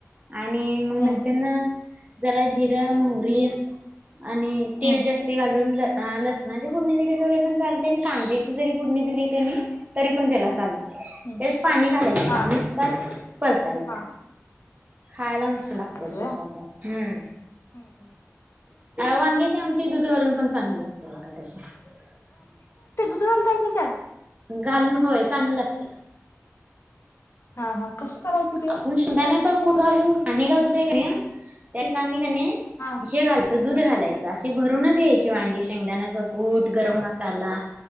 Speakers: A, on the right; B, on the left.
A: आणि मग
B: हम्म
A: नंतरना जरा जिर, मोहरी आणि तेल
B: हम्म
A: जास्ती घालून अ लसणाची फुडणी दिली तरी पण चालते आणि कांद्याची जरी फुडणी दिली त्यानी तरी पण त्याला चालते.
B: हम्म
A: त्यात पाणी घालायचे
B: हा
A: नाही नुसताच परतायच्या.
B: हा
A: खायला मस्त
B: बदलायची
A: लागते त्याशा त्या हम्म,
B: होय
A: वांग्याची आमटी दूध घालून पण चांगल <unintelligible>
B: ध घालताय तेच्यात?
A: घालून होय चांगलं लागते.
B: हा हा कशी करायची ती
A: आपण शेंगदाण्याचा कूट घालून पाणी घालतोय कणी त्या ठिकाणी कणी
B: हा
A: हे घालायचं दूध घालायचं, अशी भरूनच घ्यायची वांगी, शेंगदाण्याचा कुट, गरम मसाला